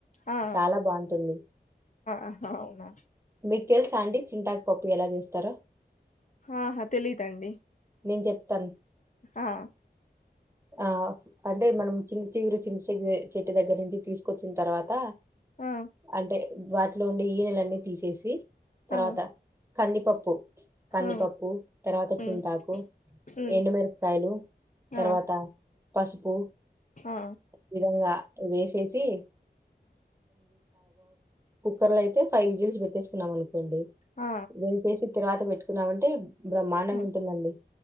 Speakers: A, on the left; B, on the right.
A: ఆ
B: చాలా బాగుంటుంది
A: ఆహా అవునా
B: మికు తెల్స అండి చింతాకు పప్పు ఎలా చేస్త త్తర
A: ఆహా తెలిదండి
B: నేను చెప్తాను
A: ఆ
B: ఆ అంటే మనం చిన్న చిగురు చిన్న చింత చెట్టు దగ్గర నుంచి తీసుకొచ్చిన తర్వాత
A: ఆ
B: అంటే బ లో ఉండి ఈయ నెలన్నీ తీసేసి తర్వాత
A: ఆ
B: కందిపప్పు కందిపప్పు
A: ఆ
B: తర్వాత
A: ఉమ్
B: చింతాకు
A: ఉమ్
B: ఎండుమిరపకాయలు తర్వాత
A: ఆ
B: పసుపు
A: ఆ
B: విధంగా వేసేసి కుక్కర్ లో అయితే ఫైవ్ విజిల్స్ పెట్టేకున్నాం అనుకు ండి
A: ఆ ఆ
B: వెేని కేసి తేరావాత పెట్ తిన్నామంటే బ్రహ్మాండంగా
A: హ్మ్.
B: ఉంటుందండి